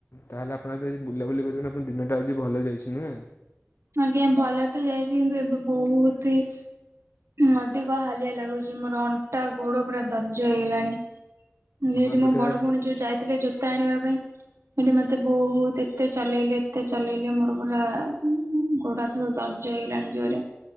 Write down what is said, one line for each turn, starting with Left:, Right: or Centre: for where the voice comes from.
Left: ତାହେଲେ ଆପଣ ତ ଆଜି ବୁଲାବୁଲି କରୁଚନ୍ତି। ଆପଣ ଦିନଟା ଆଜି ଭଲ ଯାଇଛି ନୁହେଁ?
Right: ଆଜ୍ଞା ଭଲରେ ତ ଯାଇଚି କିନ୍ତୁ ଏବେ ବୋହୁତ ହିଁ ଉଁ ଅଧିକ ହାଲିଆ ଲାଗୁଚି ମୋର ଅଣ୍ଟା ଗୋଡ ପୁରା ଦର୍ଜ ହେଇଗଲାଣି। ଉଁ ହେଇଠି
Left: ହଁ ଏବେ
Right: ମୋ
Left: ତ
Right: ବଡ
Left: ହଁ
Right: ଭଉଣୀ ଯୋଉ ଯାଇଥିଲେ ଜୋତା ଆଣିବା ପାଇଁ ହେଠି ମତେ ବୋହୁତ ଏତେ ଚଲେଇଲେ ଏତେ ଚଲେଇଲେ ମୋର ପୁରା ଉଁ ଗୋଡ଼ ହାତ ସବୁ ଦର୍ଜ ହେଇଗଲାଣି ଜୋରେ।